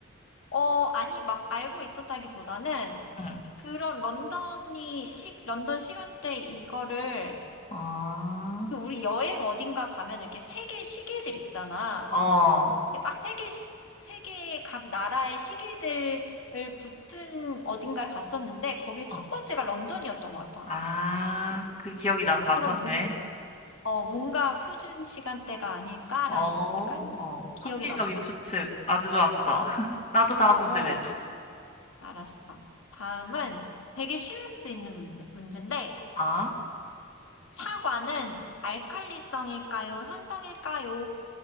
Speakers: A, on the left; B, on the left.
A: 어, 아니, 막 알고 있었다기보다는
B: 응.
A: 그런 런던이, 시, 런던 시간대 이거를
B: 아,
A: 그 우리 여행 어딘가 가면 이렇게 세계 시계들 있잖아.
B: 어,
A: 이게 막 세계, 시- 세계 각 나라의 시계들을 붙은 어딘가에 갔었는데 거기 첫
B: 어.
A: 번째가 런던이었던 것 같아.
B: 아, 그 기억이 나서 맞췄네.
A: 그럼 뭔, 어, 뭔가 표준 시간대가 아닐까란
B: 어, 어.
A: 약간 기억이
B: 합리적인
A: 났어.
B: 추측. 아주 좋았어. <laughs> 나도 다음
A: 어,
B: 문제 내줘.
A: 알았어. 다음은 되게 쉬울 수 있는 문제, 문제인데
B: 아.
A: 사과는 알칼리성일까요? 산성일까요?